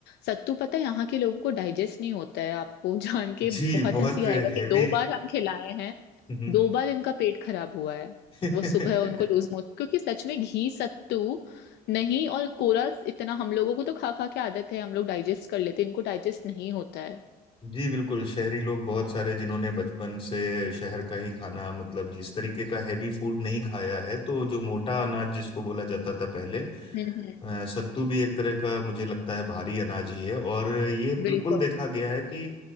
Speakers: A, on the left (about 80°); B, on the left (about 30°).
A: सत्तू पता है यहाँ के लोगों को डाइजेस्ट नहीं होता है आपको <laughs> जान के
B: जी
A: बहुत
B: बहुत
A: हंसी आएगा
B: हैवी
A: कि दो बार हम खिलाए हैं
B: <laughs>
A: दो बार इनका पेट खराब हुआ है
B: <laughs>
A: वो सुबह उनको लूज मोशन क्योंकि सच में घी सत्तू नहीं और कोरा इतना हम लोगों को तो खा खा के आदत है हम लोग डाइजेस्ट कर लेते हैं इनको डाइजेस्ट नहीं होता है
B: जी बिल्कुल शहरी लोग बहुत सारे जिन्होंने बचपन से शहर का ही खाना मतलब जिस तरीके का हैवी फूड नहीं खाया है तो जो मोटा अनाज जिसको बोला जाता था पहले
A: हम्म हम्म
B: अ, सत्तू भी एक तरह का मुझे लगता है भारी अनाज ही है और ये बिल्कुल
A: बिल्कुल
B: देखा गया है कि